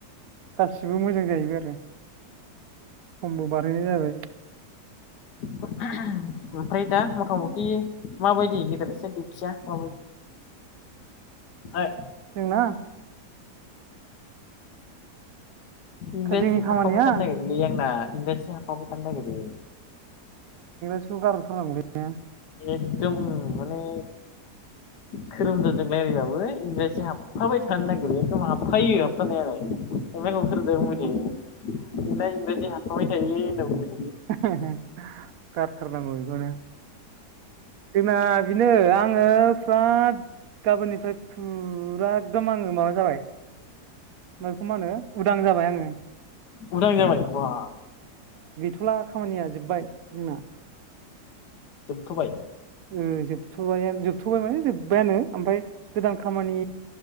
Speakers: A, on the right; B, on the left.
A: गासिबो मोजां जाहैबाय आरो समबो बारहैनाय जाबाय
B: ओमफ्राय दा मथा मथि माबायदि गेदेरसिन दिउथिया मा <unintelligible> <inaudible> औ
A: जोंना
B: इंराजि
A: जोंनि खामानिया
B: हाबफाबाय थानो नागिरोलै आंना इंराजि हाबफाबाय थानो नागिरो।
A: बेखौ गारथार नांगौलौ।
B: एकदम माने खोरोमदोनजों रायलायबाबो इंराजि हाबफाबाय थानो नागिरो एखदम हाबफायो सानायालाय ओमफाय खोरोदों
A: उम
B: बुंबाय थायो नोंना इंराजि हाबफाबाय थायोलै होनना बुंबाय थ
A: गारथारनांगौ बेखौनो जोंना बिनो आंङो फराद गाबोननिफ्राय फुरा एकदम आंवो माबा जाबाय म बेखौ मा होनो उदां जाबाय आंङो
B: उदां जाबाय बा
A: फुरा खामानिया जोबबाय जोंना ‌।
B: जोबथ'बाय।
A: अ जोबथ'यानो जोबथ'बाय माने जोबबाय आंनो ओमफ्राय गोदान खामानि